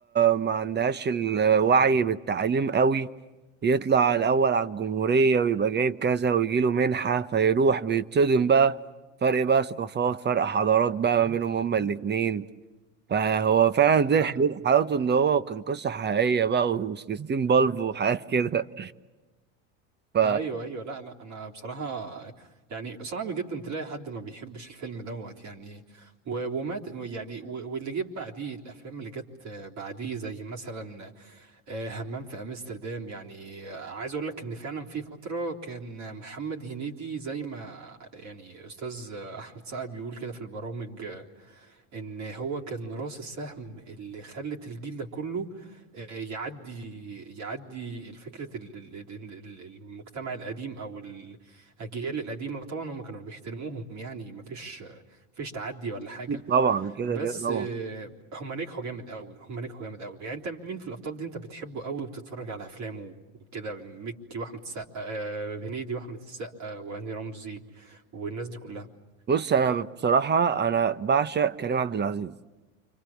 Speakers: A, on the right (about 25°); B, on the right (about 45°).
A: ما عندهاش الوعي بالتعليم قوي يطلع الاول على الجمهورية ويبقى جايب كذا ويجي له منحة فيروح بيتصدم بقى فرق بقى ثقافات فرق حضارات بقى ما بينهم هما الاتنين فهو فعلا دي
B: آه
A: حلو- حلاوته ان هو كان قصة حقيقية بقى و16 بالف وحاجات كده <laughs> فأكيد
B: آه، ايوه ايوه لا لا انا بصراحه يعني صعب جدا تلاقي حد ما بيحبش الفيلم دوت يعني و- ومات يعني و- واللي جه بعديه الافلام اللي جت آه، بعديه زي مثلا آه، همام في امستردام يعني آه، عايز اقول لك ان فعلا في فتره كان محمد هنيدي زي ما يعني استاذ آه، احمد سعد بيقول كده في البرامج آه، ان هو كان راس السهم اللي خلت الجيل ده كله آه، يعدي يعدي الفكره ال- ال- ال- ال- المجتمع القديم او الاجيال القديمه طبعا هم كانوا بيحترموهم يعني ما فيش فيش تعدي ولا حاجه
A: طبعا كده
B: بس
A: كده طبعا
B: آه، هما نجحوا جامد قوي هما نجحوا جامد قوي يعني انت مين في الابطال دي انت بتحبه قوي وبتتفرج على افلامه وكده مكي واحمد السقا آه، هنيدي واحمد السقا وهاني رمزي والناس دي كلها
A: بص انا بصراحه انا بعشق كريم عبد العزيز